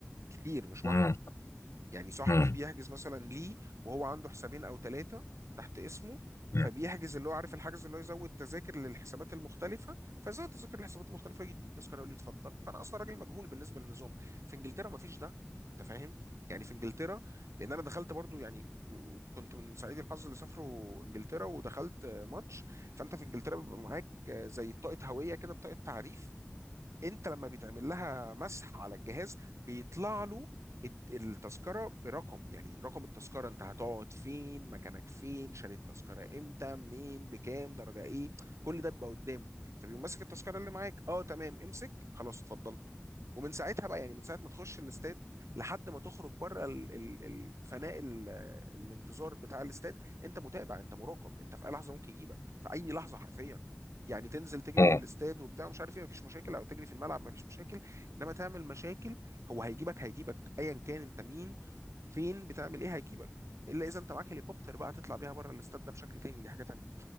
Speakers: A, on the right (about 75°); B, on the left (about 70°).
A: كتير مش
B: م-
A: واحده يعني صاحبي
B: م-
A: بيحجز مثلا ليه وهو عنده حسابين او ثلاثه تحت اسمه
B: م-
A: فبيحجز اللي هو عارف الحجز اللي هو يزود تذاكر للحسابات المختلفه فزود تذاكر للحسابات المختلفه يجي يديني تذكره يقول لي اتفضل فانا اصلا راجل مجهول بالنسبه للنظام في انجلترا ما فيش ده انت فاهم يعني في انجلترا لان انا دخلت برضو يعني ك- كنت من سعيد الحظ اللي سافروا انجلترا ودخلت آه، ماتش فانت في انجلترا بيبقى معاك آه، زي بطاقه هويه كده بطاقه تعريف انت لما بيتعمل لها مسح على الجهاز بيطلع له الت- التذكره برقم يعني رقم التذكره انت هتقعد فين مكانك فين شاري التذكره امتى منين بكام درجه ايه كل ده بيبقى قدامه فبيقوم ماسك التذكره اللي معاك اه تمام امسك خلاص اتفضل ومن ساعتها بقى يعني من ساعه ما تخش الاستاد لحد ما تخرج بره ال- ال- الفناء ال- الانتظار بتاع الاستاد انت متابع انت مراقب انت في اي لحظه ممكن يجيبك في اي لحظه حرفيا يعني تنزل تجري
B: م-
A: في الاستاد وبتاع مش عارف ايه مفيش مشاكل او تجري في الملعب مفيش مشاكل انما تعمل مشاكل هو هيجيبك هيجيبك ايا كان انت مين فين بتعمل ايه هيجيبك الا اذا انت معاك هليكوبتر بقى تطلع بيها بره الاستاد ده بشكل تاني دي حاجه تانيه